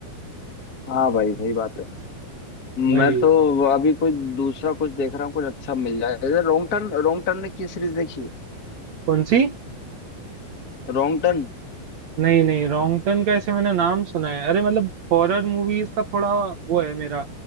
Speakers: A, on the left (about 25°); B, on the right (about 60°).
A: हाँ भाई सही बात है
B: वही
A: मैं तो अभी कोई दूसरा कुछ देख रहा हूँ कुछ अच्छा मिल जाए जैसे रॉन्ग टर्न रॉन्ग टर्न ने की सीरीज देखी है
B: कौन सी
A: Wrong turn
B: नहीं नहीं रॉन्ग टर्न का ऐसे मैंने नाम सुना है अरे मतलब हॉरर मूवीज का थोड़ा वो है मेरा